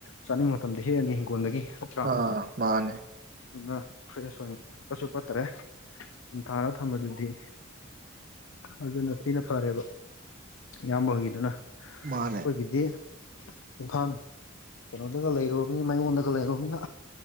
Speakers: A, on the left; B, on the right.
A: ꯆꯥꯅꯤꯡꯕ ꯃꯇꯝꯗ ꯍꯦꯛꯑꯅꯤ ꯍꯤꯡꯒꯣꯜꯗꯒꯤ ꯅꯠꯇ꯭ꯔꯥ
B: ꯑ ꯃꯥꯅꯦ
A: ꯑꯗꯨꯅ ꯐ꯭ꯔꯦꯁ ꯑꯣꯏꯅ ꯄꯠꯁꯨ ꯄꯠꯇꯥꯔꯦ ꯗꯨꯝ ꯊꯥꯔ ꯊꯝꯕꯗꯨꯗꯤ ꯑꯗꯨꯅ ꯊꯤꯅ ꯐꯔꯦꯕ ꯏꯌꯥꯝꯕ ꯍꯣꯏꯒꯤꯗꯨꯅ
B: ꯃꯥꯅꯦ
A: ꯈꯣꯏꯒꯤꯗꯤ ꯏꯝꯐꯥꯜ ꯀꯩꯅꯣꯗꯒ ꯂꯩꯔꯨ ꯃꯌꯣꯟꯗꯒ ꯂꯩꯔꯨꯕꯅꯤꯅ